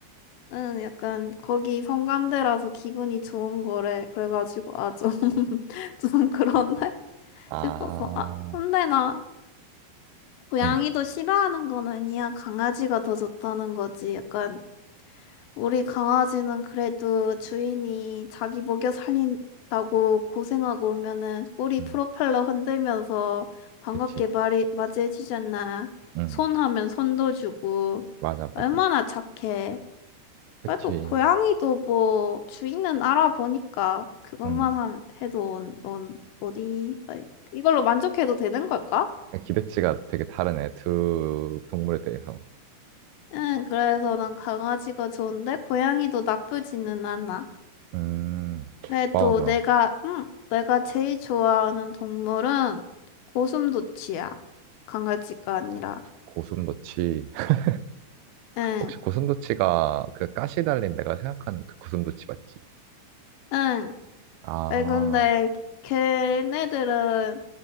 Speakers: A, on the left; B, on the right.
A: 응, 약간 거기 성감대라서 기분이 좋은 거래. 그래가지고 아, 좀, <laughs> 좀 그렇네.
B: 아,
A: 싶어서. 아, 근데 나 고양이도
B: 응,
A: 싫어하는 건 아니야. 강아지가 더 좋다는 거지. 약간 우리 강아지는 그래도 주인이 자기 먹여 살린다고 고생하고 오면은 꼬리
B: 응,
A: 프로펠러 흔들면서 반갑게
B: 그치.
A: 말이 맞이해 주잖아.
B: 응,
A: 손 하면 손도 주고.
B: 맞아,
A: 얼마나
B: 맞아.
A: 착해.
B: 그치.
A: 그래도 고양이도 뭐 주인은 알아보니까 그것만
B: 응.
A: 함- 해도 넌 어디 아니, 이걸로 만족해도 되는 걸까?
B: 기대치가 되게 다르네. 두 동물에 대해서.
A: 응, 그래서 난 강아지가 좋은데 고양이도 나쁘지는 않아.
B: 음,
A: 그래도
B: 맞아.
A: 내가, 응, 내가 제일 좋아하는 동물은 고슴도치야. 강아지가 아니라.
B: 고슴도치. <laughs>
A: 응,
B: 혹시 고슴도치가 그 가시 달린 내가 생각하는 그 고슴도치 맞지?
A: 응.
B: 아.
A: 왜 근데 걔네들은